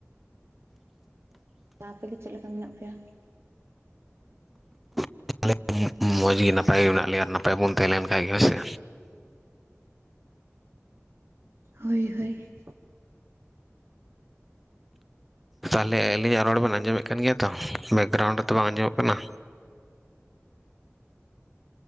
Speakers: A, on the right; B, in the centre.
A: ᱟᱯᱮᱜᱮ ᱪᱮᱫ ᱞᱮᱠᱟ ᱢᱮᱱᱟᱜ ᱯᱮᱭᱟ?
B: <inaudible> ᱢᱚᱡᱽ ᱜᱮ ᱱᱟᱯᱟᱭ ᱜᱮ ᱢᱮᱱᱟᱜ ᱞᱮᱭᱟ ᱱᱟᱯᱟᱭ ᱵᱚᱱ ᱛᱟᱦᱮᱸᱞᱮᱱ ᱠᱷᱟᱡ ᱦᱳᱭᱥᱮ᱾
A: ᱦᱳᱭ ᱦᱳᱭ᱾
B: ᱛᱟᱦᱚᱞᱮ ᱟᱹᱞᱤᱧᱟᱜ ᱨᱚᱲ ᱵᱮᱱ ᱟᱸᱡᱚᱢᱮᱫ ᱠᱟᱱ ᱜᱮᱭᱟ ᱛᱚ ᱵᱮᱠᱜᱨᱟᱣᱩᱱᱰ ᱨᱮᱛᱚ ᱵᱟᱝ ᱟᱸᱡᱚᱢᱚᱜ ᱠᱟᱱᱟ᱾